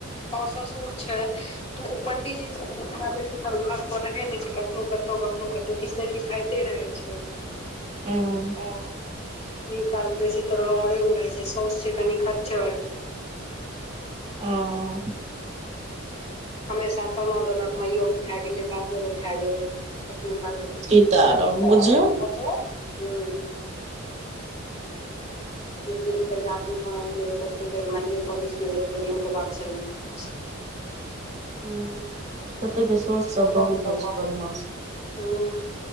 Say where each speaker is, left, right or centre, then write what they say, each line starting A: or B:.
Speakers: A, on the left (about 35°); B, on the right (about 35°).
A: हँ ससुर छै तऽ ओ पंडीजी छैरा बेसी तर घर पर रहै नय छै कखनो कतहु कखनो कतहु तऽ किछ ने किछ होइते रहै छै
B: ह
A: ओ क कारण बेसी त नहिरे मे रहे छै साउस छै कनि खच्चर
B: ह
A: हमेशा तना देलक माइयो के खा गेले बापओ के खा गेले कखनो कालके किछ
B: सीताराम
A: किछ ह
B: बुझियौ
A: एक दिन फेर झाजी गाँव एलै तऽ खूब मइे पड़ छी रहे त ओइ दिन के बाद सन <unintelligible> कहय
B: हूँ कते के साउस सब
A: पड़य
B: बहुत होइ
A: छै
B: बदमाश
A: ह